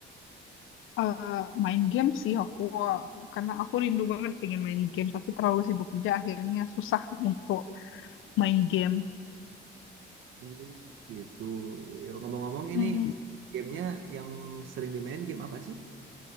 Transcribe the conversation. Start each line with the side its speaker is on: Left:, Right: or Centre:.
Left: Eh, main game sih aku, karena aku rindu banget pingin main game, tapi terlalu sibuk kerja akhirnya susah untuk main game.
Right: Hmm. Gitu. Ya, Ngomong-ngomong ini
Left: Mm,
Right: gamenya yang sering dimainin game apa sih?